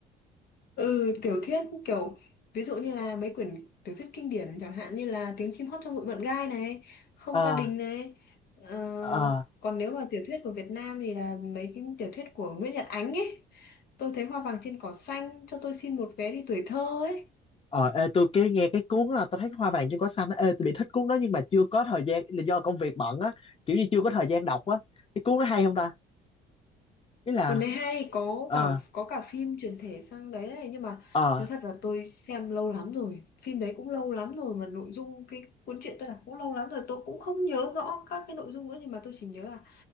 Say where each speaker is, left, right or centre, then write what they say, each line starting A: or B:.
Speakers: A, on the left (about 70°); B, on the left (about 35°).
A: Ừ, tiểu thuyết kiểu ví dụ như là mấy quyển tiểu thuyết kinh điển chẳng hạn như là Tiếng chim hót trong bụi mận gai này, Không
B: ờ
A: gia đình này. Ờ,
B: ờ
A: còn nếu mà tiểu thuyết của Việt Nam thì là mấy cái tiểu thuyết của Nguyễn Nhật Ánh ấy. Tôi thấy Hoa vàng trên cỏ xanh cho tôi xin một vé đi tuổi thơ ấy.
B: ờ ê, tôi cái nghe cái cuốn á, tôi thấy hoa vàng trên cỏ xanh á ê tôi bị thích cuốn đó nhưng mà chưa có thời gian là do công việc bận á kiểu như chưa có thời gian đọc á cái cuốn nó hay không ta ý là
A: Còn đấy hay có
B: ờ
A: cả có cả phim chuyển thể sang đấy này nhưng mà
B: ờ
A: nói thật là tôi xem lâu lắm rồi. Phim đấy cũng lâu lắm rồi mà nội dung cái cuốn truyện tôi đọc cũng lâu lắm rồi tôi cũng không nhớ rõ các cái nội dung nữa nhưng mà tôi chỉ nhớ là